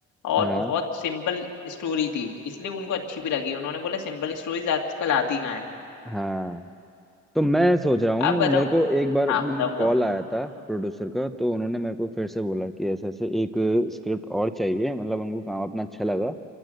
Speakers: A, on the left; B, in the centre.
A: और
B: हाँ
A: बहुत सिंपल स्टोरी थी इसलिए उनको अच्छी भी लगी उन्होंने बोला सिंपल स्टोरीज आजकल आती कहाँ है
B: हाँ तो मैं सोच रहा हूँ
A: अब बताओ
B: मेरे को एक बार
A: हाँ
B: मेरे
A: बताओ
B: को
A: बताओ
B: कॉल आया था प्रोड्यूसर का तो उन्होंने मेरे को फिर से बोला कि ऐसे ऐसे एक स्क्रिप्ट और चाहिए मतलब उनको काम अपना अच्छा लगा